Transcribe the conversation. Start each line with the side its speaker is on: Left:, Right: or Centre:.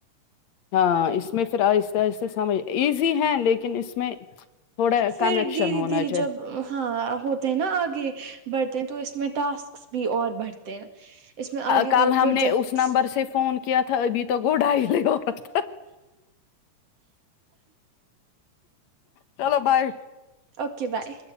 Left: ہاں اس میں پھر آہستہ آہستہ سمجھ ایزی ہیں لیکن اس میں تھوڑا
Right: پھر
Left: کنیکشن
Right: دھیرے
Left: ہونا
Right: دھیرے
Left: چاہیے
Right: جب ہاں ہوتے ہیں نا آگے بڑھتے ہیں تو اس میں ٹاسک بھی اور بڑھتے ہیں اس میں آگے
Left: کل
Right: اور
Left: ہم
Right: پروجیکٹس
Left: نے اس نمبر سے فون کے تھا ابھی تک آٹھائی نہیں عورت چلو بائے
Right: اوکے بائے